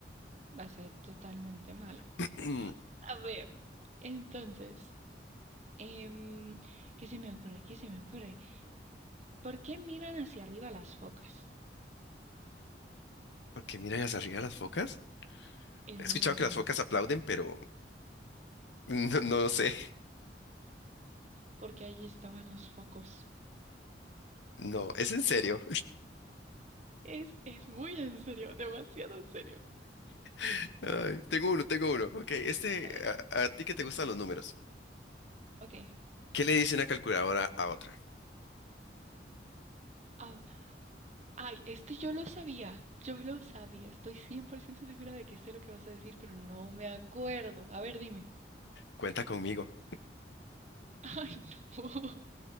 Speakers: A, on the right; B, on the left.
A: Va a ser totalmente malo.
B: <clears throat>
A: A ver, entonces, em, ¿qué se me ocurre? ¿Qué se me ocurre? ¿Por qué miran hacia arriba las focas?
B: Porque miran hacia arriba las focas.
A: Es
B: He
A: muy
B: escuchado
A: malo,
B: que las focas aplauden, pero <laughs> no, no lo sé.
A: porque allí estaban los focos.
B: No, es en serio.
A: Es, es muy en serio, demasiado en serio.
B: <laughs> Ay, tengo uno, tengo uno. Ok, este,
A: A ver,
B: a, a ti que te gustan los números.
A: ok.
B: ¿Qué le dice una calculadora a otra?
A: Ah, ay, este yo lo sabía, yo lo sabía. Estoy 100% segura de que sé lo que vas a decir, pero no me acuerdo. A ver, dime.
B: Cuenta conmigo.
A: <laughs> Ay, no.